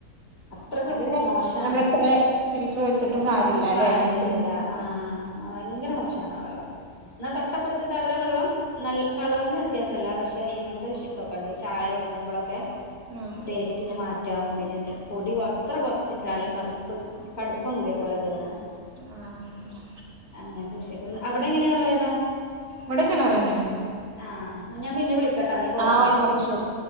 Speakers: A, on the left; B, on the right.
A: അത്രക്ക്
B: അത്
A: മോശാണ്
B: നമ്മളെത്ര ഫിൽറ്റർ വെച്ചിട്ടും കാര്യല്ല
A: കാര്യല്ല
B: അല്ലെ അങ്ങനത്തെന്
A: ആഹ്
B: ഉം
A: ആഹ് ഭയങ്കര മോശമാണ് ആ വെള്ളം എന്നാ തൊട്ടപ്പുറത്തെ അവരെ വെള്ളം നല്ല കളറിന് വ്യത്യാസല്ല പക്ഷെ ഇങ്ങൻത്തെ ഇഷു ഇതൊക്കെണ്ട് ചായ വെക്കുമ്പോളൊക്കെ
B: ഉം
A: ടേസ്റ്റന് മാ റ്റം പിന്നെ ചെ പൊടിയെത്ര കൊർച്ചിട്ടാലും കർ പ്കട്പ്പം കൂടിയ പോലെ തോന്നാ
B: ആഹ് അയിക്കോട്ടെ
A: അങ്ങൻതെ വിഷയങ്ങൾ. അവ്ടെ എങ്ങനെ. വള്ളേ ഏതാ
B: വടെക്കിണറന്നേണ്
A: ആഹ് ന്ന ഞാപിന്നെ വിളിക്കട്ടാ നീ പോവാൻ
B: ആഹ്
A: നോക്കിക്കോ
B: ആയിക്കോട്ടെ ശരി